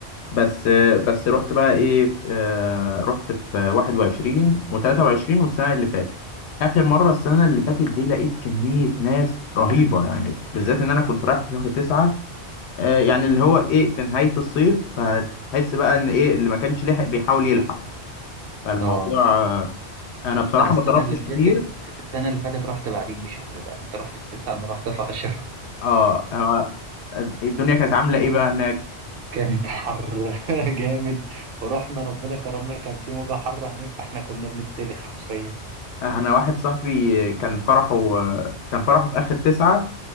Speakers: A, on the left; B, on the right.
A: بس آه، بس رحت بقى ايه آه رحت في 21 و23 والسنه اللي فاتت اخر مره السنه اللي فاتت دي لقيت كميه ناس رهيبه يعني بالذات ان انا كنت رايح في شهر 9 آه، يعني اللي هو ايه في نهاية الصيف فهتحس بقى ان ايه اللي ما كانش لحق بيحاول يلحق فالموضوع
B: اه
A: آه، انا بصراحة
B: انا السنه
A: ما صرفتش
B: اللي فاتت
A: كتير
B: السنه اللي فاتت رحت بعديك بشهر بقى انت رحت في تسعة انا رحت في عشرة
A: اه آه، الدنيا كانت عاملة ايه بقى هناك
B: كانت حر <laughs> جامد ورحنا ربنا كرمنا كان في موجة حر هناك فاحنا كنا بنتسلخ حرفيا
A: انا واحد صاحبي كان فرحه آه، كان فرحه في اخر تسعة